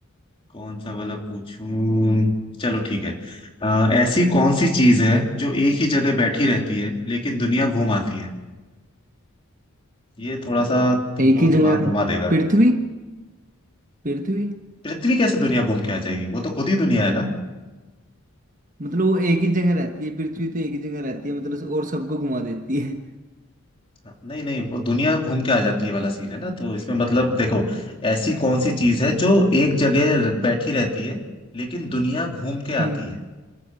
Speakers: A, on the left (about 25°); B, on the right (about 35°).
A: कौन सा वाला पूछूं चलो ठीक है आ, ऐसी कौन सी चीज है जो एक ही जगह बैठी रहती है लेकिन दुनिया घूम आती है ये थोड़ा सा तुमको
B: एक ही
A: दिमाग
B: जगह
A: घुमा देगा
B: पृथ्वी पृथ्वी
A: पृथ्वी कैसे दुनिया घूम के आ जाएगी वो तो खुद ही दुनिया है ना
B: मतलब वो एक ही जगह रहती है पृथ्वी तो एक ही जगह रहती है मतलब और सबको घुमा देती है
A: नहीं नहीं वो दुनिया घूम के आ जाती है वाला सीन है ना तो इसमें मतलब देखो ऐसी कौन सी चीज है जो एक जगह बैठी रहती है लेकिन दुनिया घूम के
B: हम्म
A: आती है